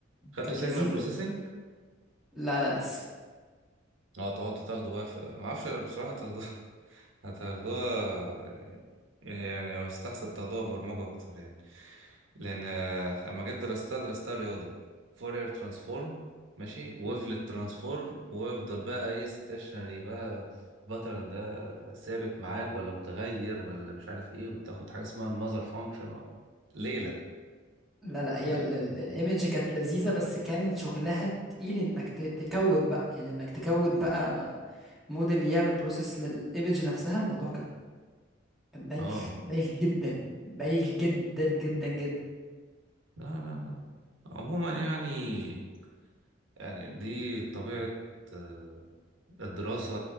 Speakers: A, on the right (about 80°); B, in the centre.
A: خدتوا
B: كانت
A: سيجنال
B: لذيذة
A: بروسيسنج
B: لا لا لسه
A: اه تقعد تاخده بقى في... ما اعرفش بصراحه تاخده <laughs> هتاخدوها يعني يعني لو استحسن تاخدوها برمجة أكتر يعني لأن آه، أما جيت درستها درستها رياضة فورير ترانسفورم ماشي ويفلت ترانسفورم ويفضل بقى ايه ستيشنري بقى باترن ده ثابت معاك ولا متغير ولا مش عارف ايه وتاخد حاجة اسمها المذر فانكشن ليلة
B: لا لا هي
A: ك-
B: ال- ال- الايمج كانت لذيذة بس كان شغلها تقيل انك ت- تكود بقى يعني انك تكود بقى موديل يعمل بروسيس للايمج نفسها الموضوع كان كان بايخ
A: اه
B: بايخ جدا بايخ جدا جدا جدا
A: لا لا لا عموما يعني يعني دي طبيعة آه، الدراسة